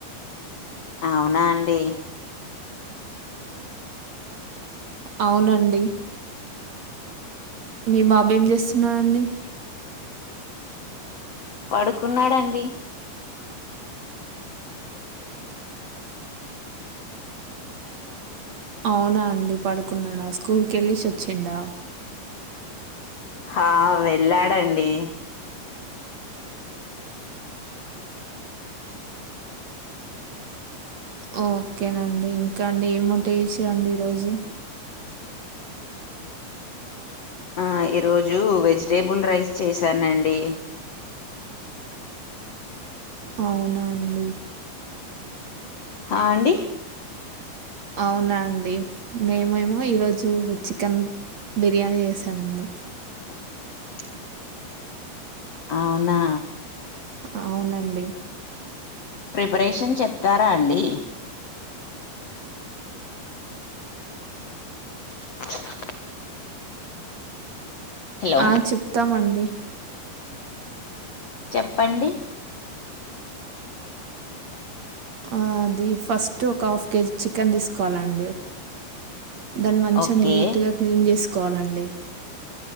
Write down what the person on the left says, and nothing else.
అవునా అండి
పడుకున్నాడండి
ఆ వెళ్ళాడండి
ఆ ఈరోజు వెజిటేబుల్ రైస్ చేశానండి
ఆ అండి
<inaudible> అవునా
ప్రిపరేషన్ చెప్తారా అండి <inaudible> హలో
చెప్పండి
ఓకే